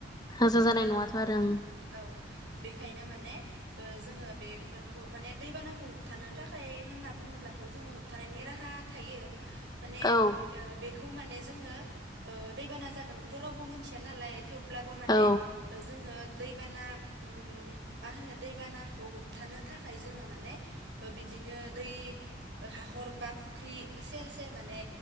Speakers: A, on the left; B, on the right.
A: हाजो जानाय नङाथ' आरो ओं
B: औ बेखायनो माने जोङो बेफोरखौ माने दैबानाखौ होबथानो थाखाय होनना बुङोब्ला थ' जों होबथानायनि राहा थायो माने
A: ओं
B: ओ बेखौ खौ माने जोङो दैबाना जागोनखौथ' रावबो मिथिया नालाय थेवब्लाबो माने
A: औ
B: जोङो दैबाना उम मा होनो दैबानाखौ होबथानो थाखाय जोङो माने बिदिनो दै हा हाखर बा फुख्रि सेर सेर माने